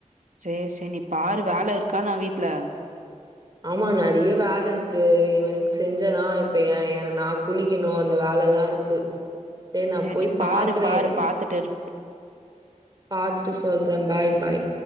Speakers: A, on the right; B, on the right.
A: சேரி சேரி நீ பாரு வேல இருக்கா என்ன வீட்ல
B: ஆமா நறைய வேல இருக்கு இவனுக்கு செஞ்சனா இப்ப ஏ ஏ எனக்கு நா குளிக்கணு அந்த வேல எல்லா இரு க்கு சேரி நா போய்
A: நீ
B: பாக்குறே
A: பாரு பாரு பாத்துட்டு இரு
B: பாத்துட்டு சொல்றே பாய் பாய்